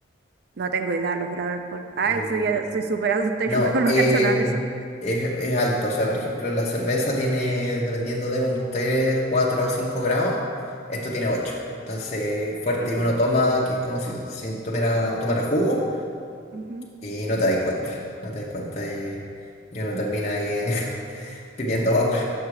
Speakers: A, on the right; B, on the left.
A: No tengo idea, los graba alcohol. Ay,
B: Eh,
A: soy, ya- soy súper adulta
B: no,
A: yo, <laughs> pero no
B: eh,
A: cacho nada de eso.
B: es, es alto, o sea, por ejemplo, la cerveza tiene, dependiendo de un 3 4 a 5 grados, esto tiene ocho Entonces, fuerte
A: Rígido.
B: y uno toma, que es como si, si tomara, tomara jugo
A: Ujú,
B: Y no te dais cuenta, no te dais cuenta de- y uno termina ahí eh, <laughs> pidiendo agua.